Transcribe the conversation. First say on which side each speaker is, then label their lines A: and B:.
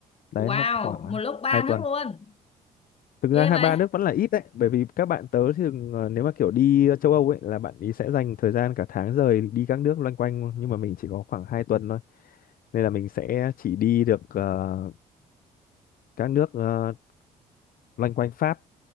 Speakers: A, on the left (about 55°); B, on the left (about 35°).
A: đấy
B: wow,
A: nó khoảng
B: một lúc ba
A: hai tuần
B: nước luôn.
A: thực
B: Ghê
A: ra hai
B: vậy.
A: ba nước vẫn là ít đấy bởi vì các bạn tớ thường ờ, nếu mà kiểu đi châu Âu ấy là bạn ý sẽ dành thời gian cả tháng rời đi các nước loanh quanh nhưng mà mình chỉ có khoảng hai tuần thôi nên là mình sẽ chỉ đi được ờ, các nước ờ, loanh quanh Pháp